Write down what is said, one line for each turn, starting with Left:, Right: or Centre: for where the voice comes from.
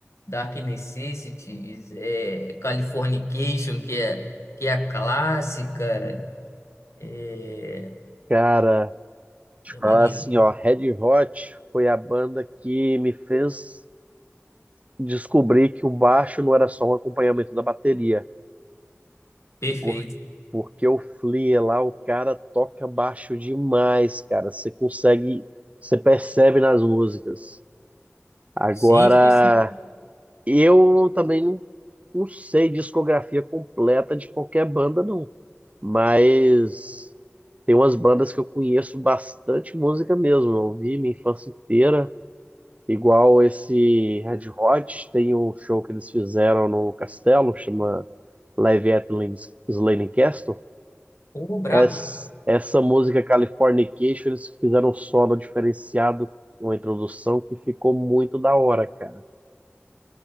Left: Dark Necessities, é, Californication, que é, que é a clássica. É,
Right: cara, deixa
Left: é
Right: eu falar
Left: maneiro.
Right: assim, ó, Red Hot foi a banda que me fez descobrir que o baixo não era só um acompanhamento da bateria.
Left: Perfeito.
Right: Por- Porque o Flea lá, o cara toca baixo demais, cara. Você consegue, você percebe nas músicas. Agora,
Left: Sim, sim, sim.
Right: eu também não, não sei discografia completa de qualquer banda, não. Mas tem umas bandas que eu conheço bastante música mesmo. Eu ouvi minha infância inteira. Igual esse Red Hot, tem um show que eles fizeram no Castelo, chama Live at Lin- Slane Castle.
Left: Pô, brabo.
Right: Essa, essa música Californication, eles fizeram um solo diferenciado, uma introdução que ficou muito da hora, cara.